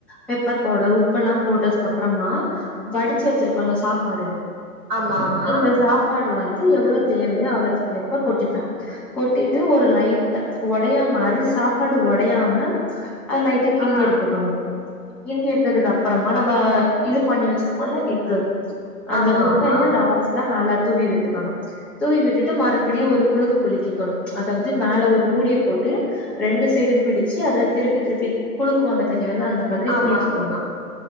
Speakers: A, in the centre; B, on the right.
A: பெப்பர் பவுடர் உப்பெல்லா போட்டதுக்கு அப்புறமா வடிச்சு வெச்சிருக்கோல்ல சாப்பாடு
B: ஆமா ஆமா
A: இந்த சாப்பாடு வந் எவ்வளவு தேவயோ அளவுக்கு ஏற்ப கொட்டிப்பே கொட்டிட்டு ஒரு லைட் ஒடையாம அரி சாப் ப்பாடு ஒடையாம அது லைட்டா கிண்டி
B: ஆ
A: எடுத்துக்கணு கிண்டியெடுத்ததுக்கு அப்புறமா நம்ம இது பண்ணி வெச்சிருக் கோல்ல எக்கு அந்த
B: ஆமா
A: முட்டய
B: ஆமா
A: லாஸ்ட்ல மேல தூவி விட்டுக்கணு தூவி விட்டுட்டு மறுபடியு ஒரு குலுக்கு குலுக்கிக்கணு அதாவது மேல ஒரு மூடிய போட்டு ரெண்டு சைடும் பிடிச்சு அத திருப்பி திருப்பி குலுக்குவாங்க தெ ல்லாம் அந்த மாதிரி
B: ஆமா
A: குளிக்கிக்கணும்
B: ஆமா